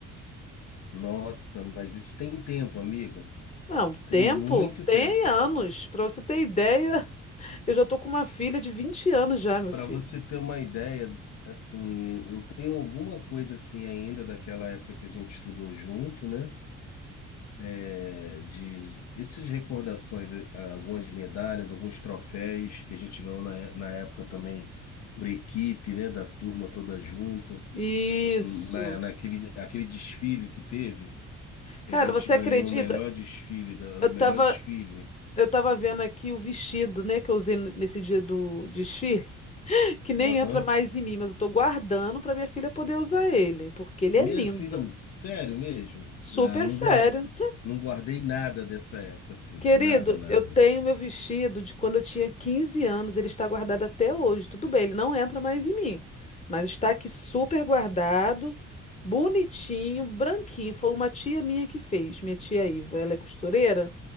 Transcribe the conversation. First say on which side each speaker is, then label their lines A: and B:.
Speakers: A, on the left; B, on the left.
A: Nossa, mas isso tem tempo, amiga.
B: Não, tempo
A: Tem muito
B: tem
A: tempo.
B: anos. Pra você ter ideia, <laughs> eu já tô com uma filha de 20 anos já, meu
A: Para
B: filho.
A: você ter uma ideia, assim, eu tenho alguma coisa assim ainda daquela época que a gente estudou junto, né? É, de essas recordações, eh, algumas medalhas, alguns troféus que a gente ganhou na, é- na época também por equipe, né? Da turma toda junta,
B: Isso.
A: na, naquele aquele desfile que teve, que
B: Cara,
A: a gente
B: você
A: ganhou
B: acredita?
A: o melhor desfile, da,
B: Eu
A: o
B: tava,
A: melhor desfile.
B: eu tava vendo aqui o vestido, né, que eu usei n- nesse dia do desfile, <laughs> que nem
A: Aham.
B: entra mais em mim, mas eu tô guardando pra minha filha poder usar ele, porque ele
A: Minha
B: é lindo.
A: filha, sério mesmo?
B: Super
A: Ah, eu não
B: sério.
A: guardei, não guardei nada dessa época, assim.
B: Querido,
A: Nada, nada.
B: eu tenho meu vestido de quando eu tinha 15 anos, ele está guardado até hoje. Tudo bem, ele não entra mais em mim, mas está aqui super guardado, bonitinho, branquinho. Foi uma tia minha que fez, minha tia Iva, ela é costureira.